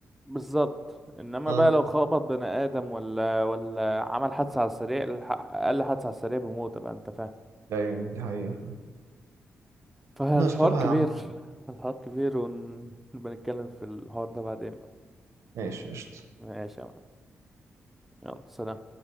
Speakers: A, in the centre; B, on the right.
A: بالظبط انما
B: اه
A: بقى لو خبط بني ادم ولا ولا عمل حادثة على السريع الح- اقل حادثة على السريع بموت بقى انت فاهم
B: ايوه دي حقيقه
A: فالحوار
B: انا استرها
A: كبير
B: يا عم
A: الحوار كبير ونبقى نتكلم في الحوار ده بعدين بقى
B: ماشي قشطه
A: ماشي يا معلم يلا سلام